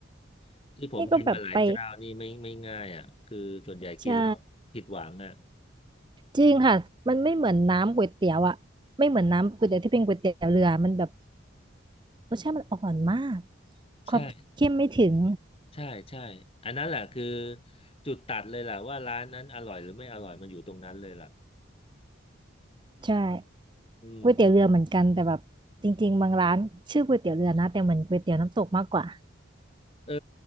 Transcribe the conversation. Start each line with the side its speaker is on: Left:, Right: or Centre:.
Left: ๆที่ผมกินมาหลายเจ้านี่ไม่ไม่ง่ายอ่ะคือส่วนใหญ่กินแล้วผิดหวังอ่ะ
Right: นี่ก็แบบไปใช่จริงค่ะมันไม่เหมือนน้ำก๋วยเตี๋ยวอะไม่เหมือนน้ำก๋วยเตี๋ยวที่เป็นก๋วยเตี๋ยวเรือมันแบบรสชาติมันอ่อนมากความเข้มไม่ถึง
Left: ใช่ใช่ใช่อันนั้นแหละคือจุดตัดเลยแหละว่าร้านนั้นอร่อยหรือไม่อร่อยมันอยู่ตรงนั้นเลยล่ะ
Right: ใช่
Left: อืม
Right: ก๋วยเตี๋ยวเรือเหมือนกันแต่แบบจริงๆบางร้านชื่อก๋วยเตี๋ยวเรือนะแต่เหมือนก๋วยเตี๋ยวน้ำตกมากกว่า
Left: เออ